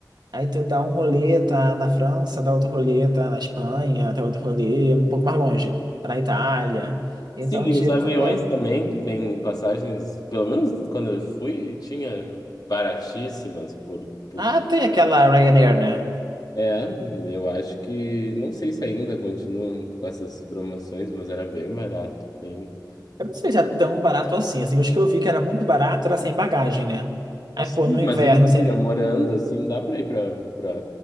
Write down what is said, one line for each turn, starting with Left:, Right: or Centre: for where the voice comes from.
Right: Aí tu dá um rolê, tá na França, dá outro rolê, tá na Espanha, dá outro rolê um pouco mais longe, tá na Itália. Então,
Left: Sim, e
Right: tipo,
Left: os aviões
Right: não é...
Left: também, que tem passagens, pelo menos quando eu fui, tinha baratíssimas por, por...
Right: Ah, tem aquela Ryanair, né?
Left: É, eu acho que, não sei se ainda continuam com essas promoções, mas era bem barato, bem...
Right: Eu não sei se é tão barato assim. Assim, os que eu vi que era muito barato era sem bagagem, né? Aí,
Left: Sim,
Right: pô, no inverno,
Left: mas imagina,
Right: sem.
Left: morando assim, dá pra ir pra, pra,